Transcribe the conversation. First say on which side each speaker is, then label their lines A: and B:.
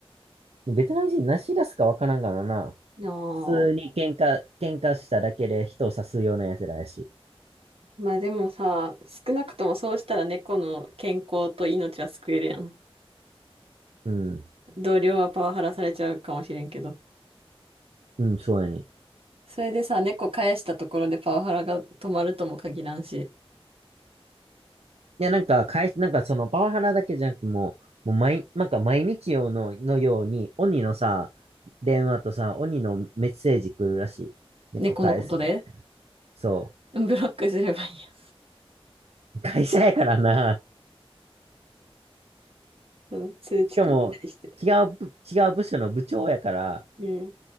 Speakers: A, on the right; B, on the right.
A: ベトナム人何知らすかわからんからな。
B: あ
A: 普通に喧嘩、
B: あ。
A: 喧嘩しただけで人を刺すような奴らやし。
B: まあでもさ、少なくともそうしたら猫の健康と命は救えるやん。
A: うん。
B: 同僚はパワハラされちゃうかもしれんけど。
A: うん、そうやね。い
B: それでさ、猫返したところでパワハラが止まるとも限らんし。
A: や、なんか、かい、なんかそのパワハラだけじゃなくてもう、もう毎、なんか毎日用の、のように、鬼のさ、電話とさ、鬼のメッセージ来るらしい。猫返せ。
B: 猫のことで
A: そ
B: ブロックすればいいや。
A: う。会社やからな。
B: そ通知切ったりして。
A: しかも、違う部、違う部署の部長やから、
B: うん。